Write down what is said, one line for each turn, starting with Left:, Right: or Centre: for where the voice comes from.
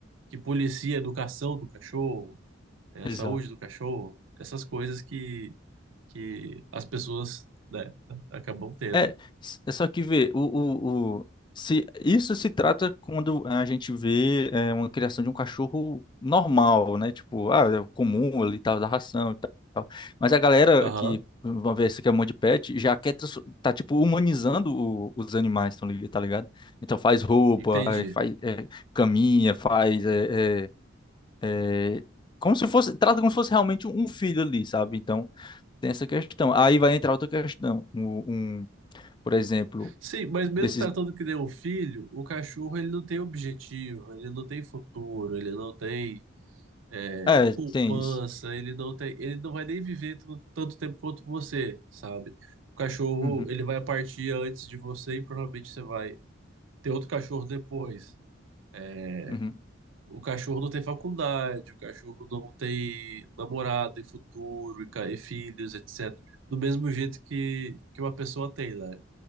Right: que policia a educação do cachorro, eh,
Left: exato.
Right: a saúde do cachorro, essas coisas que, que as pessoas, né, acabam tendo.
Left: É, s- é só que vê, o, o, o- se, isso se trata quando a gente vê é, uma criação de um cachorro normal, né? Tipo, ah, é comum ali, tal, da ração e tal. Mas a galera
Right: Aham,
Left: que, vamos ver, esse que é um monte de pet, já quer, trans- tá, tipo, humanizando o- os animais, tão li- tá ligado? Então faz roupa,
Right: entendi.
Left: aí faz é, caminha, faz... é, é, é, como se fosse, trata como se fosse realmente um filho ali, sabe? Então, tem essa questão. Aí vai entrar outra questão, um, um- por exemplo,
Right: Sim, mas mesmo
Left: desses.
Right: tratando que nem um filho, o cachorro ele não tem objetivo, ele não tem futuro, ele não tem é,
Left: É,
Right: poupança,
Left: tem isso.
Right: ele não tem, ele não vai nem viver tu- tanto tempo quanto você, sabe? O cachorro,
Left: Uhum,
Right: ele vai partir antes de você e provavelmente você vai ter outro cachorro depois. É,
Left: uhum,
Right: O cachorro não tem faculdade, o cachorro não tem namorado e futuro e, ca- e filhos, etc. Do mesmo jeito que, que uma pessoa tem, né?